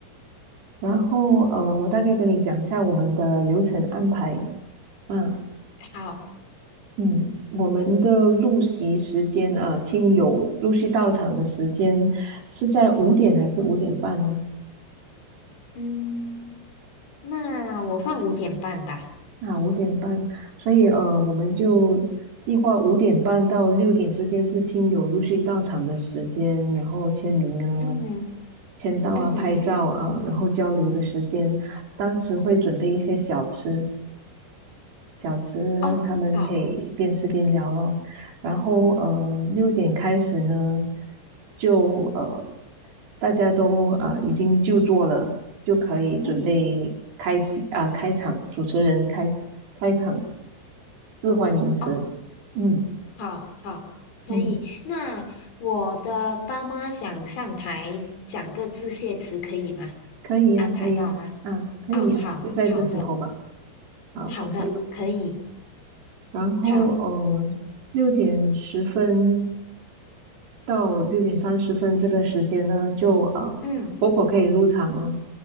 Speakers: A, on the right; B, on the left.
A: 然后呃，我大概跟你讲一下我们的流程安排啊，
B: 好，
A: 嗯，我们的入席时间啊，亲友陆续到场的时间是在五点还是五点半呢？
B: 嗯，那我放五点半吧。
A: 啊，五点半，所以呃，我们就计划五点半到六点之间是亲友陆续到场的时间，然后签名啊、
B: 嗯哼，
A: 签到啊、
B: 嗯哼，
A: 拍照啊，然后交流的时间。当时会准备一些小吃，小吃，让他们可以边吃边聊咯。
B: 哦，好，
A: 然后呃，六点开始呢，就呃，大家都啊、呃已经就座了，就可以准备开席啊、
B: 嗯。
A: 开场，主持人开开场致欢迎词。
B: 哦。
A: 嗯
B: 好好，可以。
A: 嗯，
B: 那我的爸妈想上台讲个致谢词，可以吗？
A: 可以呀、
B: 安排到吗？
A: 可以呀、啊，可以呀、
B: 啊，好好的，
A: 就在这时候吧。好，
B: 好的，
A: 我记录。
B: 可以。
A: 然后呃，
B: 好，
A: 六点十分到六点三十分这个时间呢，就呃婆婆可以入场哦。
B: 嗯